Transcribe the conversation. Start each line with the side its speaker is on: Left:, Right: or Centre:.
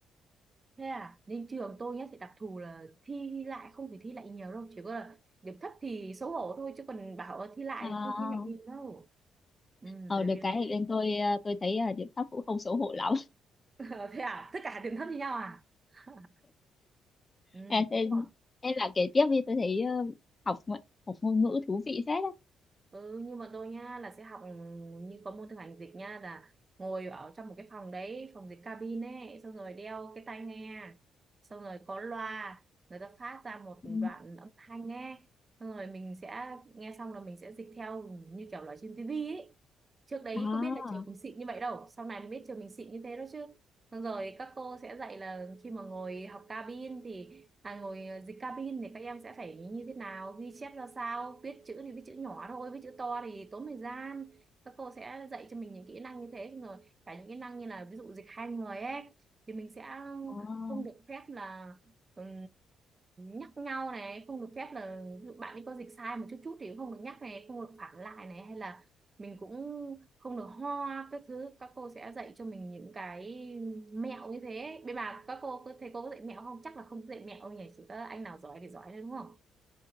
Right: thế à nên trường tôi nhá sẽ đặc thù là thi lại không phải thi lại nhiều đâu chỉ có là điểm thấp thì xấu hổ thôi chứ còn bảo thi lại
Left: À,
Right: thì không thi lại nhiều đâu ừ,
Left: ờ,
Right: bởi
Left: được
Right: vì
Left: cái thì bên tôi ờ, tôi thấy ờ, điểm thấp cũng không xấu hổ lắm.
Right: <laughs> Ờ, thế à tất cả điểm thấp như nhau à <laughs>
Left: <laughs>
Right: ừ
Left: À, thế,
Right: đúng rồi
Left: thế là kể tiếp đi, tôi thấy ờ, học ngoại- học ngôn ngữ thú vị phết á.
Right: ừ như bọn tôi nha là sẽ học ừ, như có môn thực hành dịch nha là ngồi ở trong một cái phòng đấy phòng dịch cabin ấy xong rồi đeo cái tai nghe xong rồi có loa người ta phát ra một
Left: Ừ.
Right: đoạn âm thanh nghe xong rồi mình sẽ nghe xong là mình sẽ dịch theo như kiểu là trên tivi ấy trước đấy
Left: Đó,
Right: có biết là trường mình xịn như vậy đâu sau này mới biết trường mình xịn như thế đó chứ xong rồi các cô sẽ dạy là khi mà ngồi học cabin thì à, ngồi ờ, dịch cabin thì các em sẽ phải như thế nào ghi chép ra sao viết chữ thì viết chữ nhỏ thôi viết chữ to thì tốn thời gian các cô sẽ dạy cho mình những kỹ năng như thế xong rồi cả những kỹ năng như là ví dụ dịch hai người ấy thì mình sẽ
Left: đó.
Right: không được phép là ừm, nhắc nhau này không được phép là ví dụ bạn ấy có dịch sai một chút chút thì cũng không được nhắc này không được phản lại này hay là mình cũng không được ho các thứ các cô sẽ dạy cho mình những cái mẹo như thế bên bà các cô có- thầy cô có dạy mẹo không chắc là không dạy mẹo đâu nhỉ chỉ có anh nào giỏi thì giỏi thôi đúng không